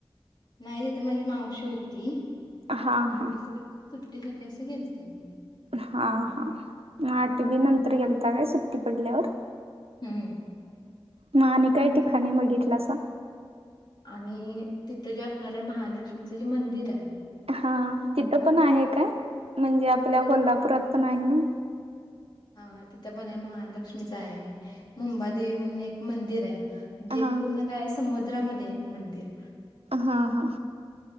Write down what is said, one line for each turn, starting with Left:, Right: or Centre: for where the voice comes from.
Left: नाय तिथं माझी मावशी होती,
Right: हा
Left: मावशीकडं
Right: हा
Left: सुट्टीसाठी असं गेलते मी
Right: हा हा म आठवी नंतर गेलता काय सुट्टी पडल्यावर?
Left: हम्म
Right: म आणि काय ठिकाणे बघितलासा?
Left: आणि तिथं जे असणाऱ्या महालक्ष्मीचं जे मंदिरय?
Right: हा तिथं पण आहे काय? म्हणजे आपल्या
Left: एक-
Right: कोल्हापुरात पण आहे ना?
Left: हा तिथं पणय महालक्ष्मीचय, मुंबादेवी म्हणून एक मंदिरय जे
Right: हा
Left: पूर्ण काय समुद्रामध्येय ते मंदिर
Right: हा हा